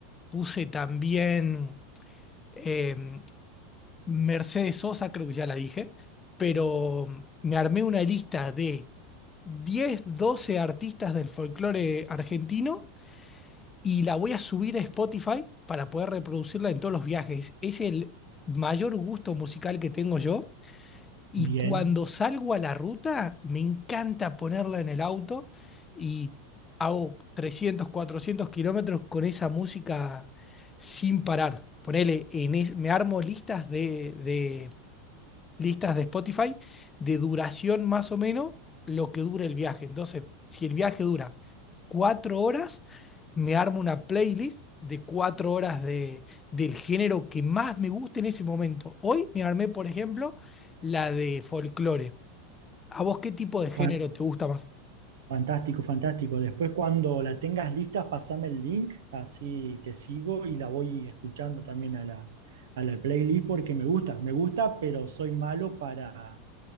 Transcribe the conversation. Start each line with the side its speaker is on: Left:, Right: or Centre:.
Left: puse también eh, Mercedes Sosa, creo que ya la dije, pero me armé una lista de 10, 12 artistas del folclore argentino y la voy a subir a Spotify para poder reproducirla en todos los viajes. Es el mayor gusto musical que tengo yo y
Right: Bien,
Left: cuando salgo a la ruta me encanta ponerla en el auto y hago 300 400 kilómetros con esa música sin parar. Ponele, en es- me armo listas de, listas de Spotify de duración más o menos lo que dure el viaje. Entonces, si el viaje dura cuatro horas, me armo una playlist de cuatro horas de, del género que más me guste en ese momento. Hoy me armé, por ejemplo, la de folclore. ¿A vos qué tipo de género
Right: fan-
Left: te gusta más?
Right: fantástico, fantástico. Después cuando la tengas lista, pasame el link, así te sigo y la voy escuchando también a la, a la playlist porque me gusta, me gusta, pero soy malo para,